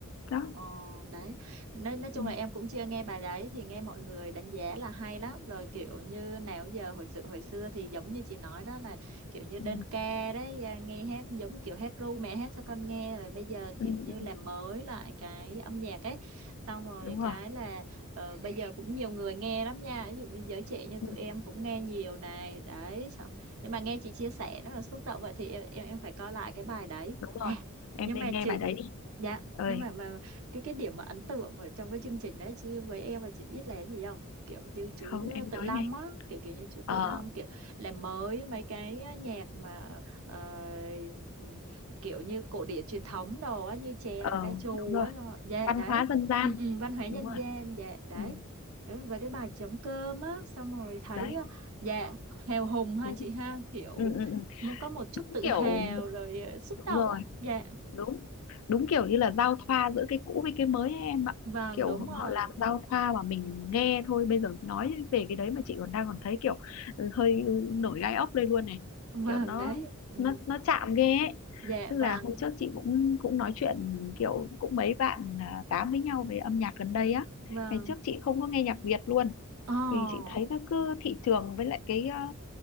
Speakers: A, on the left; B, on the right.
A: đó
B: ờ, đấy nói, nói chung
A: ừ,
B: là em cũng chưa nghe bài đấy thì nghe mọi người đánh giá là hay lắm rồi kiểu như nào giờ hồi sự hồi xưa thì giống như chị nói đó là kiểu như đơn
A: ừ,
B: ca đấy à, nghe hát giống kiểu hát ru mẹ hát cho con nghe rồi bây giờ
A: ừ,
B: kiểu như
A: ừ,
B: làm mới lại cái âm nhạc ấy xong rồi
A: đúng
B: cái
A: rồi
B: là ờ, bây giờ cũng nhiều người nghe lắm nha ví dụ như giới trẻ như
A: ừ,
B: tụi em cũng nghe nhiều này đấy xong nhưng mà nghe chị chia sẻ nó là xúc động vậy thì em em, em phải coi lại cái bài đấy
A: đúng
B: à
A: rồi em
B: nhưng
A: nên
B: mà
A: nghe
B: chị
A: bài đấy đi
B: Dạ,
A: ơi
B: nhưng mà mà cái cái điểm mà ấn tượng ở trong cái chương trình đấy chứ với em là chị biết là cái gì không? Kiểu như chú
A: không em
B: ờ, Tự
A: nói
B: Long
A: ngay
B: á, kiểu kiểu như chú
A: ờ
B: Tự Long kiểu làm mới mấy cái ờ, nhạc mà ờ, ừm, kiểu như cổ điển truyền thống đồ á như chèo
A: ờ
B: ca trù
A: đúng rồi
B: á xong rồi- dạ
A: văn
B: đấy.
A: hóa dân gian
B: Ừ, ừ, văn hóa dân
A: đúng rồi
B: gian dạ đấy.
A: ừ,
B: Đấy, Với cái bài trống cơm á xong rồi thấy
A: đấy
B: ờ, dạ hào hùng ha
A: đúng
B: chị ha, kiểu
A: ừ, ừ, ừ.
B: muốn có một chút
A: đúng
B: tự
A: kiểu
B: hào rồi ờ, xúc
A: đúng
B: động
A: rồi
B: á. Dạ.
A: đúng đúng kiểu như là giao thoa giữa cái cũ với cái mới ấy em ạ
B: Vâng,
A: kiểu
B: đúng rồi.
A: họ làm giao thoa mà mình nghe thôi bây giờ nói về cái đấy mà chị còn đang còn thấy kiểu ừ, hơi nổi gai ốc đây luôn này
B: Vâng
A: kiểu nó
B: đấy. Ừ.
A: nó nó chạm ghê ấy
B: Dạ
A: tức
B: vâng,
A: là hôm trước chị cũng cũng nói chuyện kiểu cũng mấy bạn à, tám với nhau về âm nhạc gần đây á
B: vâng.
A: ngày trước chị không có nghe nhạc Việt luôn
B: Ồ.
A: vì chị thấy nó cứ thị trường với lại cái à,